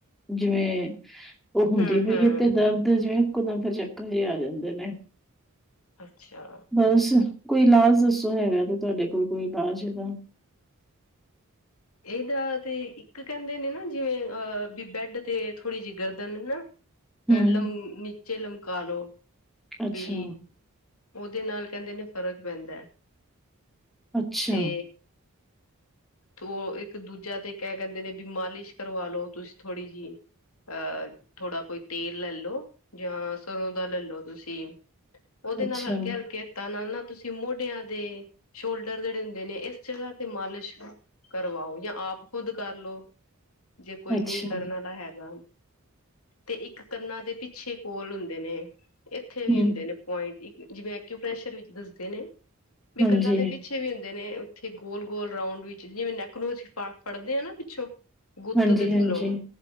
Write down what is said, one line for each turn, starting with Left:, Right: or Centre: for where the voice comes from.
Centre: ਜਿਵੇਂ ਉਹ
Left: ਹਮ
Centre: ਹੁੰਦੀ ਪਈ
Left: ਹਮ
Centre: ਤੇ ਦਰਦ ਜਿਵੇਂ ਏਕਿਓ ਦਮ ਫਿਰ ਚੱਕਰ ਜਿਹੇ ਆ ਜਾਂਦੇ ਨੇ।
Left: ਅੱਛਾ।
Centre: ਬਸ ਕੋਈ ਇਲਾਜ ਦੱਸੋ ਹੈਗਾ ਤੇ ਤੁਹਾਡੇ ਕੋਲ ਕੋਈ ਇਲਾਜ ਏਦਾ
Left: ਇਹਦਾ ਤੇ ਇੱਕ ਕਹਿੰਦੇ ਨੇ ਨਾ ਜਿਵੇਂ ਅ ਵੀ ਬੈਡ ਤੇ ਥੋੜ੍ਹੀ ਜਿਹੀ ਗਰਦਨ ਹਨਾ ਪੇਲਮ
Centre: ਹੂੰ,
Left: ਨੀਚੇ ਲਮਕਾ ਲੋ
Centre: ਅੱਛਾ,
Left: ਵੀ ਓਦੇ ਨਾਲ ਕਹਿੰਦੇ ਨੇ ਫ਼ਰਕ ਪੈਂਦਾ
Centre: ਅੱਛਾ,
Left: ਤੇ ਓ ਇੱਕ ਦੂਜਾ ਤੇ ਕਹਿ ਕਹਿੰਦੇ ਨੇ ਵੀ ਮਾਲਿਸ਼ ਕਰਵਾ ਲੋ ਤੁਸੀਂ ਥੋੜ੍ਹੀ ਜੀ ਆ ਥੋੜ੍ਹਾ ਕੋਈ ਤੇਲ ਲੈ ਲੋ ਜਾਂ ਸਰ੍ਹੋਂ ਦਾ ਲੈ ਲੋ ਤੁਸੀਂ ਓਦੇ
Centre: ਅੱਛਾ,
Left: ਨਾਲ ਹਲਕੇ ਹਲਕੇ ਨਾਲ ਨਾ ਤੁਸੀਂ ਮੋਢਿਆਂ ਦੇ ਸ਼ੋਲਡਰ ਜੇੜੇ ਹੁੰਦੇ ਨੇ ਏਸ ਜਗ੍ਹਾ ਤੇ ਮਾਲਿਸ਼ ਕਰਵਾਓ ਜਾਂ ਆਪ ਖੁਦ ਕਰਲੋ ਜੇ ਕੋਈ
Centre: ਅੱਛਾ,
Left: ਨਈ ਕਰਨ ਵਾਲਾ ਹੈਗਾ ਤੇ ਇੱਕ ਕੰਨਾਂ ਦੇ ਪਿੱਛੇ ਕੋਲ ਹੁੰਦੇ ਨੇ ਇੱਥੇ ਵੀ
Centre: ਹੂੰ,
Left: ਹੁੰਦੇ ਨੇ ਜੀਵੇਂ ਏਕੂਪੈਸ਼ਰ ਵਿੱਚ ਦੱਸਦੇ ਨੇ ਵੀ
Centre: ਹਾਂਜੀ,
Left: ਕੰਨਾਂ ਦੇ ਪਿੱਛੇ ਵੀ ਹੁੰਦੇ ਨੇ ਉੱਥੇ ਗੋਲ ਗੋਲ ਰਾਂਊਡ ਵਿੱਚ ਜਿਵੇਂ ਨੈਕ ਨੂੰ ਅਸੀਂ ਫੜਦੇ ਆ ਨਾ ਪਿੱਛੋਂ ਗੁੱਤ
Centre: ਹਾਂਜੀ,
Left: ਦੇ ਥੱਲੋਂ
Centre: ਹਾਂਜੀ।